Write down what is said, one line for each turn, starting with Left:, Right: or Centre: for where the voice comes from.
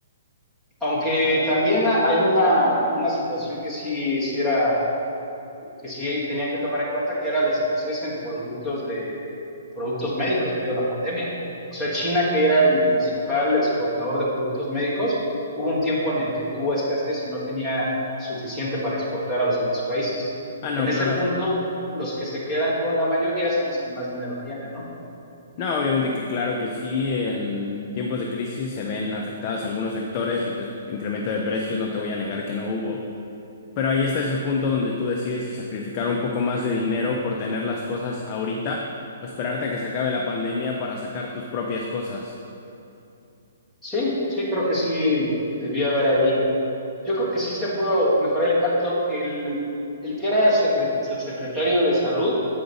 Centre: Aunque también ha- hay una, una situación que sí, hiciera que sí tenían que tomar en cuenta que era la escasez en productos de productos médicos debido a la pandemia. O sea, China, que era el principal exportador de productos médicos, hubo un tiempo en el que tuvo escasez y no tenía suficiente para exportar a los demás países.
Left: Ah, no,
Centre: En ese
Left: claro.
Centre: punto, los que se quedan con la mayoría son los que más dinero tienen, ¿no?
Left: No, obviamente que claro que sí, en tiempos de crisis se ven afectados algunos sectores y pues incremento de precios, no te voy a negar que no hubo. Pero ahí está ese punto donde tú decides si sacrificar un poco más de dinero por tener las cosas ahorita o esperarte a que se acabe la pandemia para sacar tus propias cosas.
Centre: Sí, sí, creo que sí debía haber ahí yo creo que sí se pudo mejorar el impacto. El, el que era secre- subsecretario de salud,